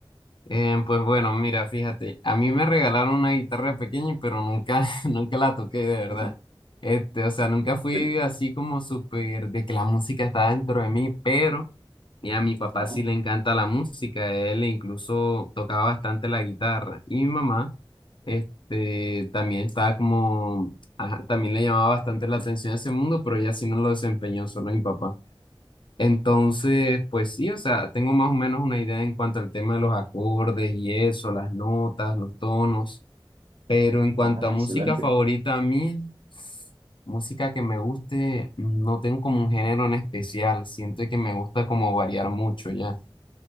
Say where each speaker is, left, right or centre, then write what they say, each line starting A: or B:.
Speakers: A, on the left; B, on the right.
A: Eh, pues bueno, mira, fíjate, a mí me regalaron una guitarra de pequeño, pero nunca, <laughs> nunca la toqué de verdad.
B: <laughs>
A: Este, o sea, nunca fui
B: Sí.
A: así como súper de que la música está dentro de mí, pero mira, a mi papá
B: Ajá,
A: sí le encanta la música, él incluso tocaba bastante la guitarra. Y mi mamá, este, también estaba como, ajá, también le llamaba bastante la atención ese mundo, pero ella sí no lo desempeñó, solo mi papá. Entonces, pues sí, o sea, tengo más o menos una idea en cuanto al tema de los acordes y eso, las notas, los tonos, pero en cuanto
B: ajá,
A: a
B: excelente.
A: música favorita a mí, música que me guste, no tengo como un género en especial, siento que me gusta como variar mucho ya.